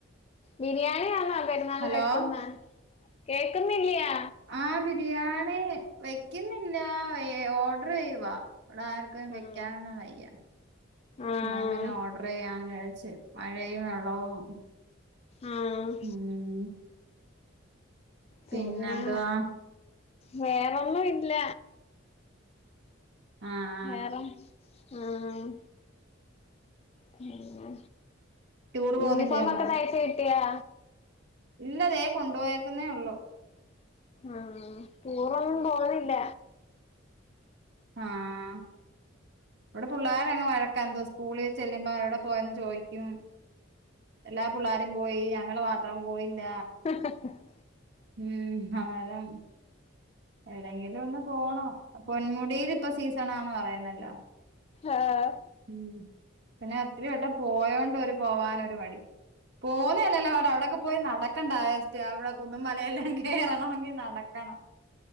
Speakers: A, on the left; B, on the right.
A: ബിരിയാണിയാന്നോ പെരുന്നാളിന്
B: ഹലോ
A: വെക്കുന്ന. കേക്കുന്നില്യാ
B: ആഹ് ബിരിയാണി വെക്കുന്നില്ല വേ ഓർഡർ ചെയ്യുവാ ഇവിടെ ആർ ക്കും വെക്കാനൊന്നും
A: ആഹ്
B: വയ്യ
A: ആഹ്
B: ഞാൻ പിന്നെ ഓർഡർ ചെയ്യാന്ന് വിചാരിച്ച്, മഴയും വെള്ളവും
A: ആഹ്
B: ഉം
A: പിന്നെ
B: പിന്നെന്തുവാ
A: വേറൊന്നും ഇല്ല
B: ആഹ്
A: വേറൊന്നും ആഹ് പിന്നെ
B: ടൂറ് പോകുന്നില്ലേ
A: യൂണിഫോമൊക്കെ
B: എങ്ങും
A: തയ്ച്ച് കിട്ടിയാ
B: ഇല്ല ദേ കൊണ്ടുപോയേക്കുന്നേ ഉള്ളു
A: ആഹ് റ്റൂറൊന്നും പോകുന്നില്ല
B: ആഹ് ഇവിടെ പിള്ളോരങ് വഴക്കാ എന്തോ സ്കൂളിൽ ചെല്ലുമ്പോ എവിടെ പോയന്ന് ചോദിക്കും എല്ലാ പിള്ളാരും പോയി, ഞങ്ങള് മാത്രം പോയില്ല
A: ശ ശ
B: ഉം അന്നേരം ഏടെങ്കിലും ഒന്ന് പോണം, പൊന്മുടിൽ ഇപ്പൊ സീസണാന്ന് പറയുന്നല്ലോ
A: ആഹ്
B: ഉം പിന്നെ ഒത്തിരി വട്ടം പോയോണ്ട് ഒരു പോവാനൊരു മടി. പോ വലല്ലല്ലോ പാട്, അവടക്കെ പോയി നടക്കണ്ടായോ സ്റ്റ അവിടെ കുന്നും മലയെല്ലാം കേറണെങ്കിൽ നടക്കണം